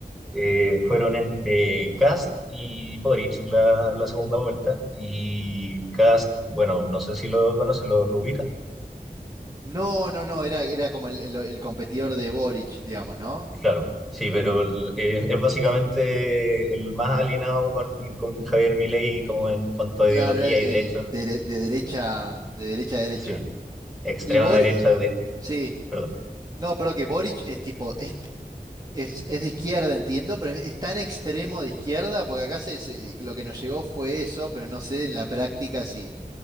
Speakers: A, in the centre; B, on the right (about 25°).
A: eh, fueron entre Cast y Boric, la, la segunda vuelta, y Cast, bueno, no sé si lo conoce, lo, lo ubica.
B: No, no, no, era, era como el, el- el competidor de Boric, digamos, ¿no?
A: Claro, sí, pero el- es, es básicamente el más alienado con, con Javier Milei como en cuanto a
B: Claro,
A: ideología
B: era el, el
A: y de hecho,
B: dere- de, derecha, de derecha a derecha.
A: sí, extrema
B: Y Bor,
A: derecha de,
B: sí,
A: perdón,
B: no, pero que Boric es tipo, es, es, es de izquierda, entiendo, pero es, es tan extremo de izquierda, porque acá se, se- lo que nos llegó fue eso, pero no sé en la práctica si,